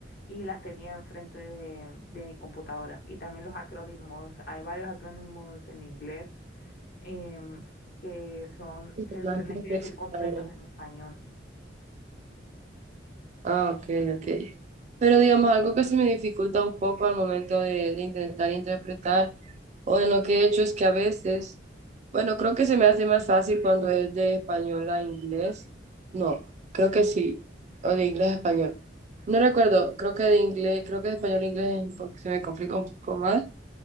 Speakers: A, on the left; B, on the right.
A: y las tenía enfrente de, de mi computadora. Y también los acrónimos. Hay varios acrónimos en inglés em, que son,
B: pues,
A: que
B: la
A: los tenés
B: gente,
A: que
B: pues,
A: decir completos
B: a ver.
A: en español.
B: Ah, ok, ok. Pero digamos, algo que se me dificulta un poco al momento de, de intentar interpretar o en lo que he hecho es que a veces, bueno, creo que se me hace más fácil cuando es de español a inglés. No, creo que sí, o de inglés a español. No recuerdo, creo que de inglés, creo que de español a inglés es porque se me complica un poco más,